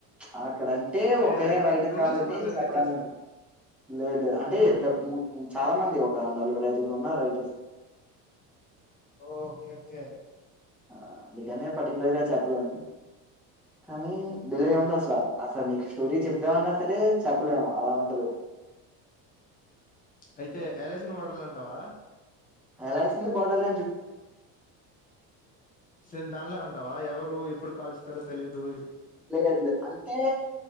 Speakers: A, in the centre; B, on the left (about 20°).
A: ఆహ్ ఇక్కడంటే
B: ఐడియా
A: ఒకలే
B: లేదా
A: రైటర్
B: గూగుల్
A: కాబట్టి
B: చేయి పర్లేదు
A: చెప్పడానికి
B: వెయిట్ చేస్తా
A: లేదు లేదు అంటే
B: ఉమ్
A: ఇద్ద ము ము చాలా మంది ఒక నలుగురు ఐదుగురు ఉన్నారు రైటర్స్
B: ఓకే కే
A: ఆ అందుకనే పర్టిికలర్గా చెప్పలేం కానీ డిలేఉంది
B: ఓ
A: అసల్ అసనీ స్టోరీ చెప్దామన్నా సరే చెప్పలేము అలా ఉంటది
B: అయితే ఎలేషన్ వాటర్లొ అంటావా
A: ఎలాక్స్ంది బాటిల్
B: సేమ్ దానిలా అంటావా ఎవరు ఎప్పుడు కాలుస్తారో తెలిదు
A: లే అట్లా లే అంటే